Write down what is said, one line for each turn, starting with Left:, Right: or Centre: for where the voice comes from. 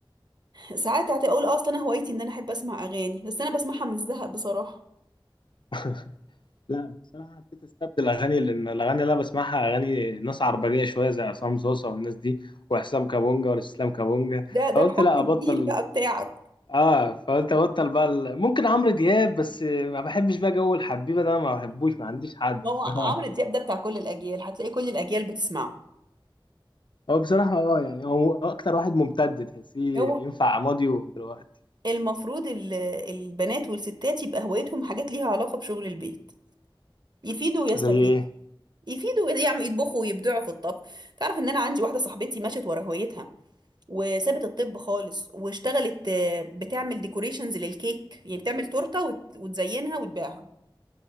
Right: ساعات هتقول اصلا انا هوايتي ان انا احب اسمع اغاني بس انا بسمعها من الزهق بصراحه
Left: <laughs> لا بصراحة حبيت استبدل أغاني لأن الأغاني اللي أنا بسمعها أغاني ناس عربجية شوية زي عصام صوصة والناس دي وحسام كابونجا والاستسلام كابونجا
Right: ده ده
Left: فقلت
Right: بحكم
Left: لا
Right: الجيل
Left: أبطل
Right: بقى بتاعك
Left: آه فقلت أبطل بقى ال- ممكن عمرو دياب بس ما بحبش بقى جو الحبيبة ده ما بحبوش ما عنديش حد
Right: ما هو
Left: <laughs>
Right: عمرو دياب ده بتاع كل الاجيال هتلاقي كل الاجيال بتسمعه
Left: هو بصراحة اه يعني هو أكتر واحد ممتد تحسيه
Right: هو
Left: ينفع ماضي دلوقتي
Right: المفروض ال- البنات والستات يبقى هوايتهم حاجات ليها علاقه بشغل البيت يفيدوا ويستفيدوا
Left: زي إيه؟
Right: يفيدوا يعمل يطبخوا ويبدعوا في الطبخ تعرف ان انا عندي واحده صاحبتي مشت ورا هوايتها وسابت الطب خالص واشتغلت آه، بتعمل ديكوريشنز للكيك يعني بتعمل تورته وت- وتزينها وتبيعها